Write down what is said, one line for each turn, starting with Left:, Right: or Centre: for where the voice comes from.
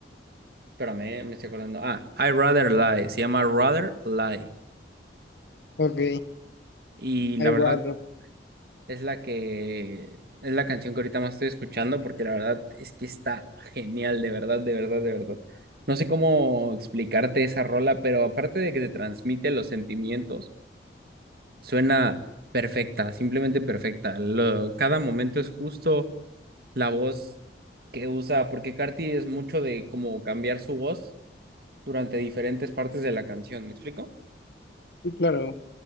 Right: espérame, me estoy acordando. Ah, I Rather Lie, se llama Rather Lie.
Left: Ok,
Right: Y la
Left: I
Right: verdad
Left: rather.
Right: Es la que es la canción que ahorita más estoy escuchando porque la verdad es que está genial, de verdad, de verdad, de verdad. No sé cómo explicarte esa rola, pero aparte de que te transmite los sentimientos, suena perfecta, simplemente perfecta. Lo- cada momento es justo la voz que usa, porque Carti es mucho de como cambiar su voz durante diferentes partes de la canción, ¿me explico?
Left: Sí, claro.